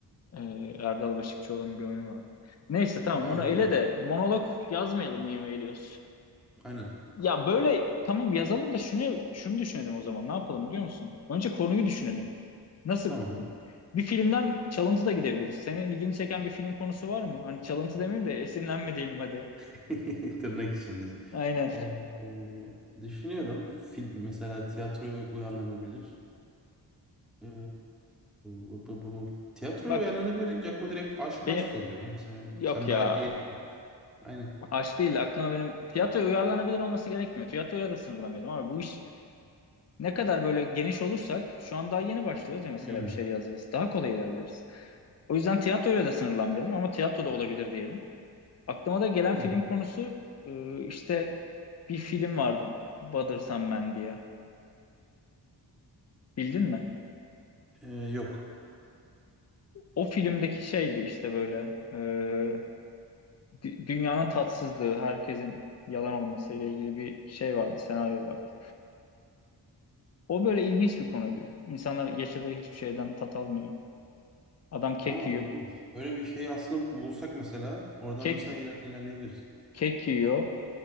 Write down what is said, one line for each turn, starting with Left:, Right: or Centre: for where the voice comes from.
Left: Ee, Erdal Beşikçioğlu'nun bir oyunu vardı. Neyse tamam
Centre: Aa
Left: onu ele
Centre: değil mi?
Left: de monolog yazmayalım diye mi eliyoruz?
Centre: Aynen.
Left: Ya böyle tamam yazalım da şunu şunu düşünelim o zaman. Ne yapalım biliyor musun? Önce konuyu düşünelim. Nasıl
Centre: Tamam.
Left: Bir filmden çalıntı da gidebiliriz. Senin ilgini çeken bir film konusu var mı? Hani çalıntı demeyeyim de esinlenme diyelim hadi.
Centre: <laughs> Tırnak içinde.
Left: Aynen.
Centre: Ee, e, düşünüyorum. Film mesela tiyatroya uyarlanabilir. Ee, bu, bu, bu- tiyatroya
Left: Bak
Centre: uyarlanabilir deyince aklıma direkt aşk
Left: benim
Centre: maşk geliyor ya. Mesela
Left: yok
Centre: sen
Left: ya
Centre: daha iyi. Aynen.
Left: aşk değil de aklıma benim tiyatroya uyarlanabilir olması gerekmiyor. Tiyatroya da sınırlamayalım Abi bu iş ne kadar böyle geniş olursak şu an daha yeni başlıyoruz ya mesela
Centre: Hmm,
Left: bir şey yazacağız. Daha kolay ilerleriz. O yüzden tiyatroya da sınırlanmayalım ama tiyatro da olabilir diyelim. Aklıma da gelen
Centre: tamam.
Left: film konusu e, işte bir film vardı Bothersome Man diye. Bildin mi?
Centre: Ee, yok.
Left: O filmdeki şeydi işte böyle e, dü- dünyanın tatsızlığı, herkesin yalan olması ile ilgili bir şey vardı, senaryo vardı. O böyle ilginç bir konuydu. İnsanlar yaşadığı hiçbir şeyden tat almıyor. Adam kek
Centre: Aa
Left: yiyor,
Centre: ilginç. Böyle bir şey aslında bulsak mesela oradan
Left: kek
Centre: mesela iler- ilerleyebiliriz.
Left: kek yiyor,